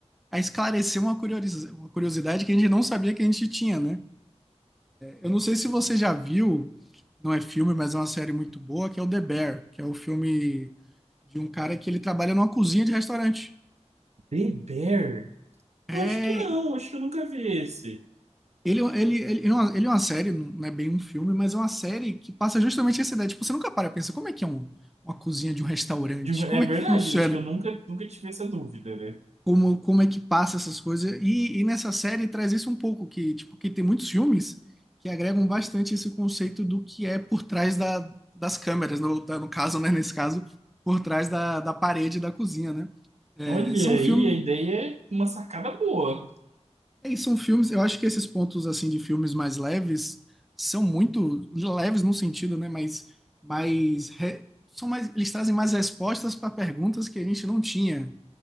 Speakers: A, in the centre; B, on the right.
A: a esclarecer uma curiosi- uma curiosidade que a gente não sabia que a gente tinha, né? Eu não sei se você já viu, não é filme, mas é uma série muito boa, que é o The Bear, que é o filme de um cara que ele trabalha numa cozinha de restaurante.
B: The Bear?
A: É,
B: Eu acho que não, acho que eu nunca vi esse.
A: ele, ele, ele, é uma, ele é uma série, não é bem um filme, mas é uma série que passa justamente essa ideia. Tipo, você nunca para e pensa, como é que é um- uma cozinha de um restaurante?
B: De-
A: Como
B: É
A: é
B: verdade,
A: que funciona?
B: acho que eu nunca, nunca tive essa dúvida, né?
A: como, como é que passa essas coisas. E, e nessa série traz isso um pouco, que, tipo, que tem muitos filmes que agregam bastante esse conceito do que é por trás da, das câmeras, no, da- no caso, né, nesse caso, por trás da, da parede da cozinha, né? É,
B: Olha
A: são
B: aí,
A: filmes,
B: a ideia é uma sacada boa.
A: é, são filmes, eu acho que esses pontos, assim, de filmes mais leves são muito leves no sentido, né, mas mais... re- São mais, eles trazem mais respostas para perguntas que a gente não tinha.